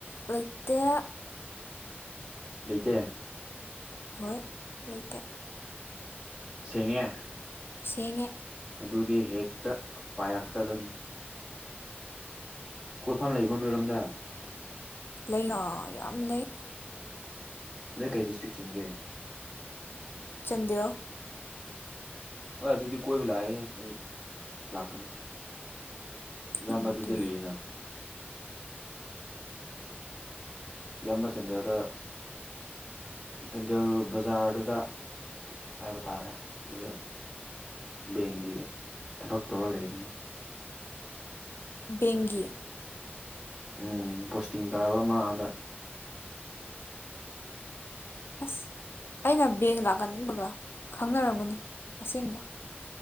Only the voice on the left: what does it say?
ꯂꯩꯇꯦ
ꯍꯣꯏ ꯂꯩꯇꯦ
ꯁꯦꯡꯉꯦ
ꯂꯩꯅꯥ ꯌꯥꯝ ꯂꯩ
ꯆꯟꯗꯣ
ꯑꯗꯨꯅꯦ
ꯦꯡꯒꯤꯦ
ꯑꯁ ꯑꯩꯅ ꯕꯦꯡꯒ ꯂꯥꯛꯀꯟꯕꯒ ꯈꯪꯅꯔꯝꯒꯅꯤ ꯑꯁꯦꯡꯕ